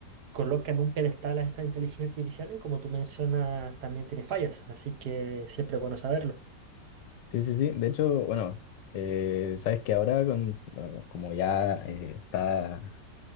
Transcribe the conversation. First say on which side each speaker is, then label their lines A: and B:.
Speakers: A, on the right; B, on the left.
A: coloca en un pedestal a esta inteligencia artificial y como tú mencionas, también tiene fallas. Así que siempre es bueno saberlo.
B: Sí, sí, sí. De hecho, bueno, eh, sabes que ahora con, bueno, como ya eh, está